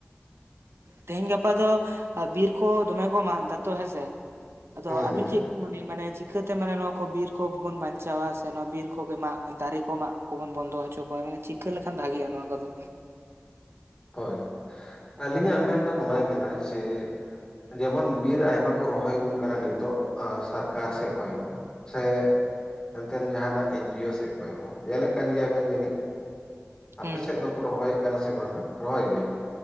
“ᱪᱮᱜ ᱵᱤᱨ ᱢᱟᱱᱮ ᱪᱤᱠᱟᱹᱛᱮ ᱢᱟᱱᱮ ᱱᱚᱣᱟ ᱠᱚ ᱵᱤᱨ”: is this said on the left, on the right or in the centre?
Right